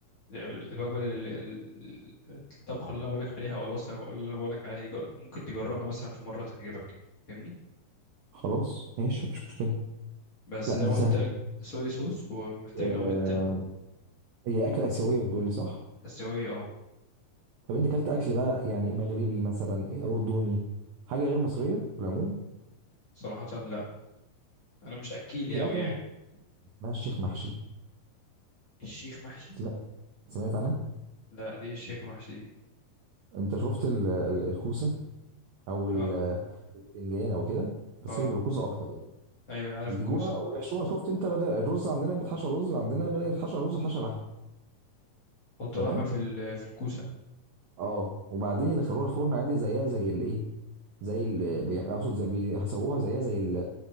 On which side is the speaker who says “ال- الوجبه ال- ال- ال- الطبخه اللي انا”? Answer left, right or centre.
Left